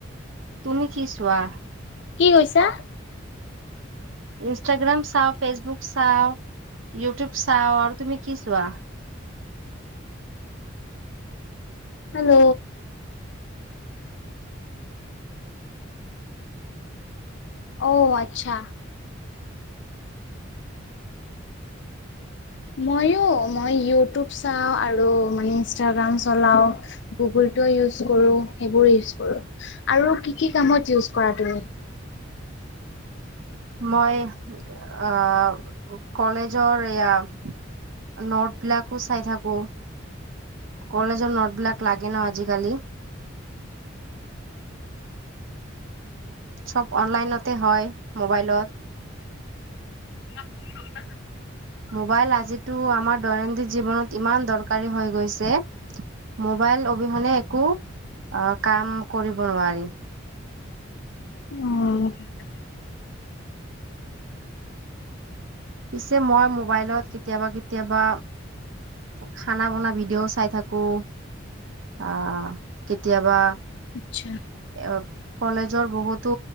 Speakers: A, on the right; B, on the left.
A: তুমি কি চোৱা?
B: কি কৈছা
A: ইনষ্টাগ্ৰাম চাওঁ ফেচবুক চাওঁ। ইউটিউব চাও আৰু তুমি কি চোৱা।
B: হেল্ল'। অ আতচ্ছা। মইো মই ইউটিউব চাওঁ আৰু মানে ইনষ্টাগ্ৰাম চলাওঁ গুগল। কৰো সেইবোৰ কৰো আৰু কি কি কামত ইজ কৰা তুমি।
A: মই অহ কলেজৰ এয়াই। নটবিলাকো চাই থাকো। কলেজৰ নোটবলাক লাগে ন আজিকালি। চব অনলাইনতে হয় মোবাইলত।
B: <unintelligible>
A: মোবাইল আজিটো আমাৰ দৈনন্দিন জীৱনত ইমান দৰকাৰী হৈ গৈছে মোবাইল। অবিহনে একো অ কাম কৰিব নোৱাৰি।
B: অ।
A: পিছে মই মোবাইলত কেতিয়াবা কেতিয়াবা। খানা বনা ভিডিঅ'ও চাই থাকো, আহ। কেতিয়াবা
B: আচ্ছা
A: এ কলেজৰ বহুতো।